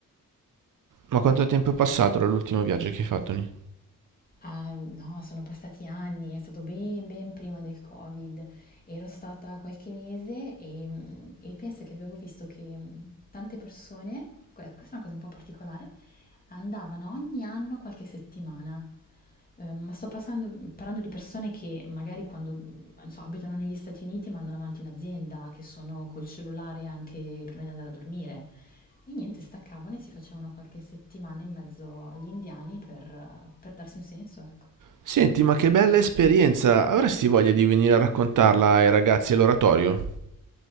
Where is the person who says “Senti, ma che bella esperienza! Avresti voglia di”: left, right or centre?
Right